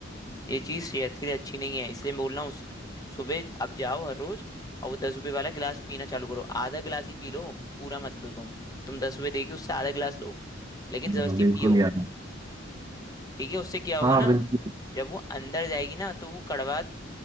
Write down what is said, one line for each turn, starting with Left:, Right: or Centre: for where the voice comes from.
Left: ये चीज सेहत के लिए अच्छी नहीं है इसलिए मैं बोल रहा हूँ सु- सुबह आप जाओ हर रोज और वो दस रुपए वाला गिलास पीना चालू करो आधा गिलास ही पी लो पूरा मत लो तुम तुम दस रुपए देके उससे आधा गिलास लो लेकिन जबरदस्ती
Right: हाँ, बिल्कुल
Left: पियो
Right: यार
Left: ठीक है उससे क्या होगा
Right: हाँ
Left: ना
Right: बिल्कुल
Left: जब वो अंदर जाएगी ना तो वो कड़वा